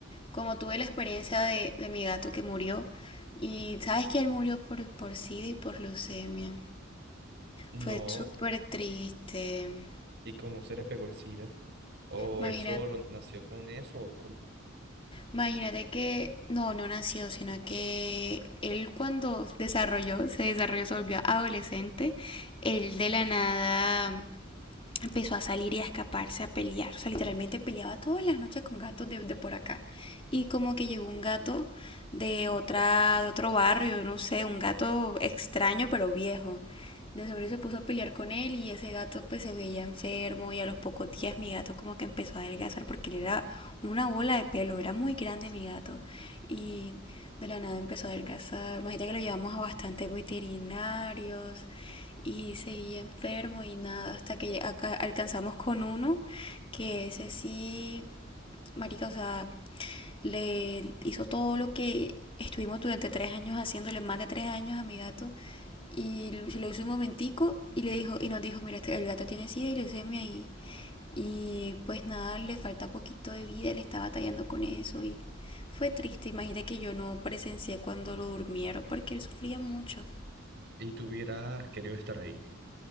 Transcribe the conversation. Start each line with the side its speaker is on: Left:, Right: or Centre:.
Left: Como tuve la experiencia de, de mi gato que murió, y sabes que él murió por, por SIDA y por leucemia.
Right: No,
Left: Fue súper triste.
Right: y como se le pegó el SIDA, o
Left: Imagínate,
Right: eso lo- nació con eso, o con-
Left: imagínate que, no, no nació, sino que él cuando desarrolló, se desarrolló, se volvió adolescente, él de la nada empezó a salir y a escaparse, a pelear. O sea, literalmente peleaba todas las noches con gatos de, de por acá. Y como que llegó un gato de otra, de otro barrio, no sé, un gato extraño pero viejo. De seguro se puso a pelear con él y ese gato pues se veía enfermo y a los pocos días mi gato como que empezó a adelgazar porque él era una bola de pelo, era muy grande mi gato y de la nada empezó a adelgazar. Imagínate que lo llevamos a bastantes veterinarios y seguía enfermo y nada, hasta que acá alcanzamos con uno, que ese sí, marica, o sea, le hizo todo lo que estuvimos durante tres años haciéndole, más de tres años a mi gato, y se lo hizo un momentico y le dijo, y nos dijo, mira, este- el gato tiene sida y leucemia y, y pues nada, le falta poquito de vida, le estaba batallando con eso y fue triste, imagínate que yo no presencié cuando lo durmieron porque él sufría mucho.
Right: y tú hubieras querido estar ahí.